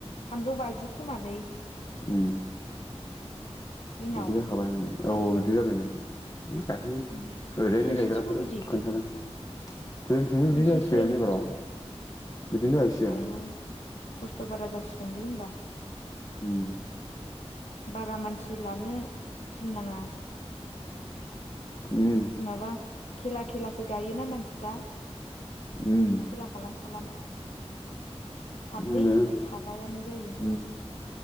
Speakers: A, on the left; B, on the left.
A: थामजौ बाजि खोमालै ।
B: उम
A: दिनाव
B: बिदि जाखाबाय न
A: सानसेयाव
B: औ औ बिदि जाबाय नों गायफैोन
A: उम
B: ओरैनो
A: नोंसिनिथिंबो
B: गायग्राफोरं
A: बिदि
B: खोन्थादों <inaudible> जोंथिंबो बिदि
A: नोंसिनिथिंजायबो
B: जाहैसिगोन एबाराव
A: बिदि
B: बिदिनो जाहैसिगोन
A: आयौ
B: ।
A: खस्थ' बारा जासिगोनलै होमबा ।
B: होम ।
A: बारा मानसि लानो थिननाङा ।
B: उम
A: माबा खेला खेलासो गायोना मानसिफ्रा ।
B: उम
A: खेला खालाम खालाम साब्रै
B: बिदिनो
A: ओमफाय साबायानो जायो।
B: उम